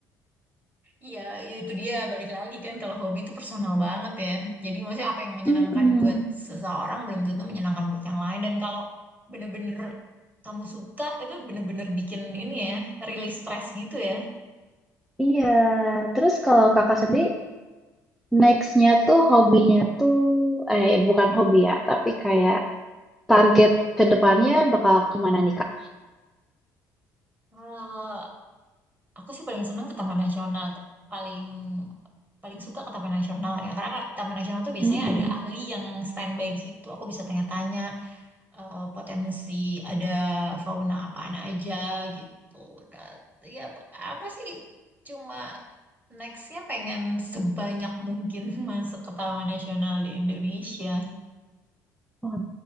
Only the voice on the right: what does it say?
iya, iya, itu dia balik lagi kan kalau hobi itu personal banget ya. Jadi maksudnya apa yang menyenangkan
buat seseorang belum tentu menyenangkan buat yang lain. Dan kalau bener-bener kamu suka itu bener-bener bikin ini ya, rilis stres gitu ya.
Eh, aku sih paling seneng ke Taman Nasional, tuh. paling paling suka ke Taman Nasional ya. Karena Taman Nasional tuh biasanya
ada ahli yang standby di situ. Aku bisa tanya-tanya eh, potensi ada fauna apaan aja gitu. Nah, ya apa apa sih cuma nextnya pengen sebanyak mungkin <laughs> masuk ke Taman Nasional di Indonesia.